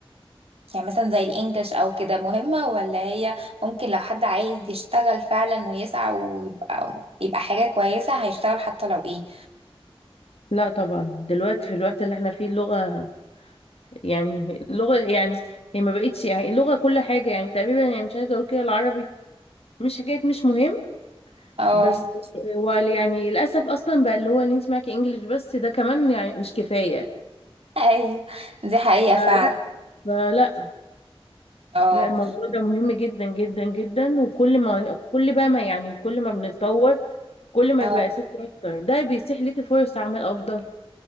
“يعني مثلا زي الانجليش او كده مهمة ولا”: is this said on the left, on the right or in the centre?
Right